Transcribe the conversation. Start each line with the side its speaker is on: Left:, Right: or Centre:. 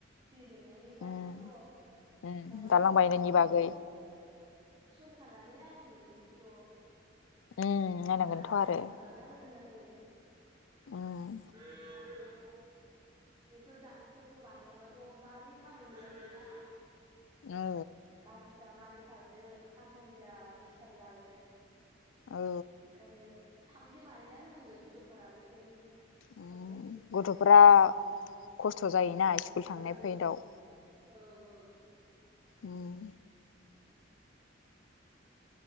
Right: दै लोमनायनि जाहोनखौथ'
Left: उम उम
Right: दालांफोर
Left: दालां
Right: बानायनायखौथ'
Left: बायनायनि बागै
Right: सरखारानो नायनांगो गोन बेखौथ'
Left: उम
Right: सरखारा
Left: नायनांगोनथ'
Right: मोजां
Left: आरो
Right: खालामना होजोबनांगोन।
Left: उम
Right: मानोना बेफोर दालांफोरखौ बानायाबाथ' माबोरै थाबायनो जागोनना।
Left: औ
Right: गारिफ्रा मारै खारनो हान्था मेला दिस्टार्ब जागोन।
Left: औ
Right: ओंखायनो थाबैनो बानायना होनांगोन सर कारा बेफोरनि
Left: उम
Right: फारसे नायनानै।
Left: गथ'फोरा खस्थ' जायोना स्कुल थांनाय
Right: ओं
Left: फैदाव।
Right: औ औ
Left: उम